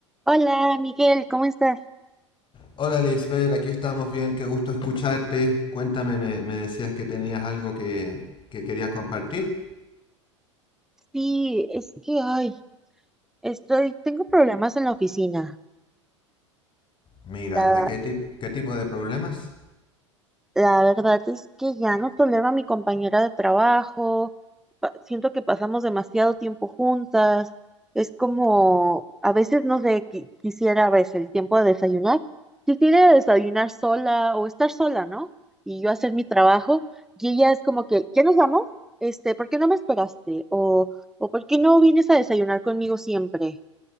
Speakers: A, in the centre; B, on the left.
A: Hola, Miguel, ¿cómo estás?
B: Hola Lisbeth, aquí estamos bien, qué gusto escucharte. Cuéntame, me, me decías que tenías algo que, que querías compartir.
A: Sí, es que ay, estoy, tengo problemas en la oficina.
B: Mira,
A: La,
B: ¿de qué, tip- qué tipo de problemas?
A: la verdad es que ya no tolero a mi compañera de trabajo. pa- siento que pasamos demasiado tiempo juntas. Es como, a veces no sé, qui- quisiera a veces el tiempo de desayunar. Quisiera desayunar sola o estar sola, ¿no? Y yo hacer mi trabajo. Y ella es como que, ¿ya nos vamos? Este, ¿por qué no me esperaste? O, o ¿por qué no vienes a desayunar conmigo siempre?